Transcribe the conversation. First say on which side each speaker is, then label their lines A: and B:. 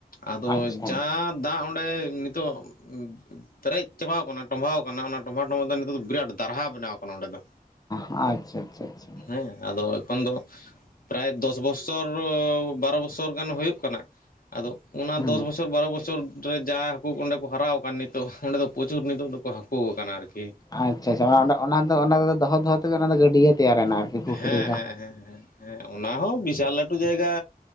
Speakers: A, on the left; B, on the left.
A: ᱟᱫᱚ
B: ᱟᱪᱪᱷᱟ
A: ᱡᱟ ᱫᱟᱜ ᱚᱸᱰᱮ ᱱᱤᱛᱚᱜ ᱩᱸᱜ ᱯᱮᱨᱮᱡ ᱪᱟᱵᱟᱣ ᱠᱟᱱᱟ ᱴᱚᱢᱵᱷᱟᱣ ᱠᱟᱱᱟ ᱚᱱᱟ ᱴᱚᱢᱵᱷᱟᱣ ᱴᱚᱢᱵᱷᱟᱣ ᱛᱮ ᱱᱤᱛᱚᱜ ᱫᱚ ᱵᱤᱨᱟᱴ ᱫᱟᱨᱦᱟ ᱵᱮᱱᱟᱣ ᱠᱟᱱᱟ ᱚᱸᱰᱮ ᱫᱚ
B: ᱚ ᱟᱪᱷᱟ ᱪᱷᱟ ᱪᱷᱟ᱾
A: ᱦᱮᱸ ᱟᱫᱚ ᱮᱠᱷᱚᱱ ᱫᱚ ᱯᱨᱟᱭ ᱫᱚᱥ ᱵᱚᱪᱷᱚᱨᱚ ᱵᱟᱨᱚ ᱵᱚᱪᱷᱚᱨ ᱜᱟᱱ ᱦᱩᱭᱩᱜ ᱠᱟᱱᱟ ᱟᱫᱚ, ᱚᱱᱟ
B: ᱦᱩᱸ
A: ᱫᱚᱥ ᱵᱚᱪᱷᱚᱨ ᱵᱟᱨᱚ ᱵᱚᱪᱷᱚᱨ ᱨᱮ ᱡᱟ ᱦᱟᱹᱠᱩ ᱠᱚ ᱚᱸᱰᱮ ᱠᱚ ᱦᱟᱨᱟᱣ ᱠᱟᱱ ᱱᱤᱛᱚᱜ ᱚᱸᱰᱮ ᱫᱚ ᱯᱨᱚᱪᱩᱨ ᱱᱤᱛᱚᱜ ᱫᱚᱠᱩ ᱦᱟᱹᱠᱩ ᱟᱠᱟᱱᱟ ᱟᱨᱠᱤ᱾
B: ᱟᱪᱷᱟ ᱟᱪᱷᱟ ᱚᱱᱟ ᱫᱚ ᱚᱱᱟ ᱫᱚᱦᱚ ᱫᱚᱦᱚ ᱛᱮᱜᱮ ᱚᱱᱟ ᱫᱚ ᱜᱟᱹᱰᱭᱟᱹ ᱛᱮᱭᱟᱨᱮᱱᱟ ᱟᱨᱠᱤ ᱯᱩᱠᱷᱨᱤ
A: ᱦᱮᱸ
B: ᱞᱮᱠᱟ
A: ᱦᱮᱸ ᱦᱮᱸ ᱦᱮᱸ ᱦᱮᱸ ᱚᱱᱟ ᱦᱚᱸ ᱵᱤᱥᱟᱞ ᱞᱟᱹᱴᱩ ᱡᱟᱭᱜᱟ